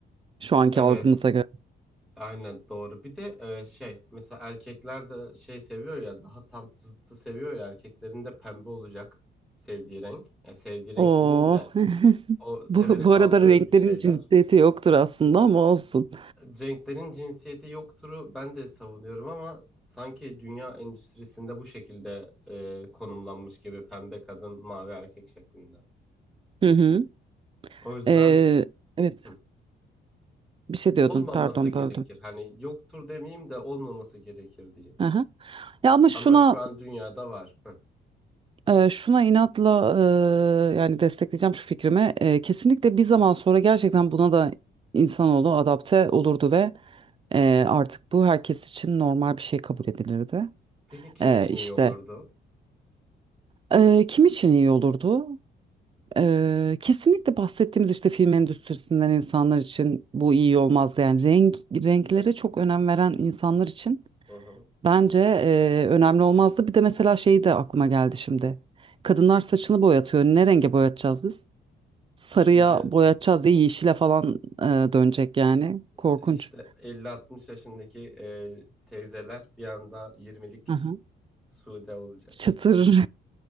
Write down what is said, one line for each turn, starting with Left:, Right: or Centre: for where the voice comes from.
Right: şu anki
Centre: Evet.
Right: algımıza göre.
Centre: Aynen doğru. Bir de e, şey mesela erkekler de şey seviyor ya daha tam zıttı seviyor ya erkeklerin de pembe olacak sevdiği renk. Ya sevdiği renk
Right: Oo.
Centre: demeyeyim de
Right: <laughs>
Centre: o severek
Right: Bu, bu
Centre: aldığı
Right: arada renklerin
Centre: bir şeyler.
Right: cinsiyeti yoktur aslında ama olsun.
Centre: Cenklerin cinsiyeti yoktur'u ben de savunuyorum ama sanki dünya endüstrisinde bu şekilde e, konumlanmış gibi pembe kadın mavi erkek şeklinde.
Right: Hı hı.
Centre: O yüzden
Right: Eee, evet
Centre: hı,
Right: bir şey diyordun
Centre: olmaması
Right: pardon
Centre: gerekir.
Right: böldüm.
Centre: Hani yoktur demeyeyim de olmaması gerekir diyeyim.
Right: Aha. Ya ama şuna
Centre: Ama şu an dünyada var. Hı,
Right: Eee, şuna inatla eee, yani destekleyeceğim şu fikrimi. Eee, kesinlikle bir zaman sonra gerçekten buna da insanoğlu adapte olurdu ve eee,
Centre: hı hı.
Right: artık bu herkes için normal bir şey kabul edilirdi.
Centre: Peki kim
Right: Eee
Centre: için
Right: işte
Centre: iyi olurdu?
Right: eee, kim için iyi olurdu? Eee, kesinlikle bahsettiğimiz işte film endüstrisinden insanlar için bu iyi olmazdı. Yani renk renklere çok önem veren insanlar için
Centre: Hı hı.
Right: bence eee, önemli olmazdı. Bir de mesela şey de aklıma geldi şimdi. Kadınlar saçını boyatıyor. Ne renge boyatacağız biz? sarıya
Centre: Şimdi
Right: boyatacağız diye yeşile falan e, dönecek yani. Korkunç.
Centre: işte elli altmış yaşındaki e, teyzeler bir anda yirmilik
Right: Aha.
Centre: Sude olacak.
Right: Çıtır. <laughs>